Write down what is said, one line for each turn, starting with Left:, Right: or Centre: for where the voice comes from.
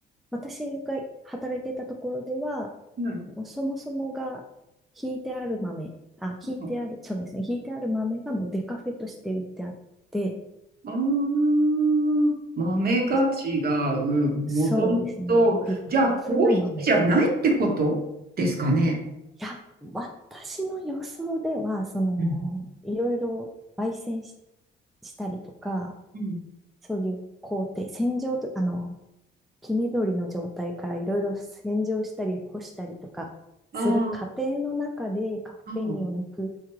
Centre: 私が働いていたところでは、
Right: はい。
Centre: もうそもそもが、ひいてある豆、あ、ひいてある、
Right: あ
Centre: そうですね、ひいてある豆がもうデカフェとして売ってあって、
Right: あ、豆が違う。
Centre: えっと、
Right: もともと、
Centre: そうですね。リカフの豆。
Right: じゃあコーヒーじゃないってことですかね。
Centre: いや、私の予想では、その、
Right: うん
Centre: いろいろ焙煎し、したりとか、
Right: うん
Centre: そういう工程、洗浄と、あの、黄緑の状態からいろいろ洗浄したり干したりとかする過程の中でカフェインを抜く
Right: あーあー、ああ